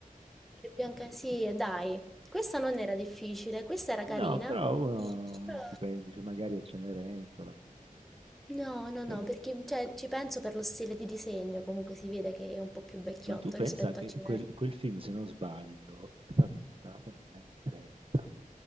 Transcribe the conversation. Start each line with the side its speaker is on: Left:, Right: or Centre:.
Centre: È Bianca... Sì, dai. Questa non era difficile, questa era carina.
Right: No, però uno
Centre: Però
Right: ci pensa, dice magari è Cenerentola, che ne so.
Centre: No, no,
Right: Però-
Centre: no, perché cioè, ci penso per lo stile di disegno, comunque si vede che è un po' più vecchiotto
Right: ma tu pensa
Centre: rispetto
Right: che
Centre: a Cenere.
Right: quel, quel film, se non sbaglio, è stato girato negli anni 30,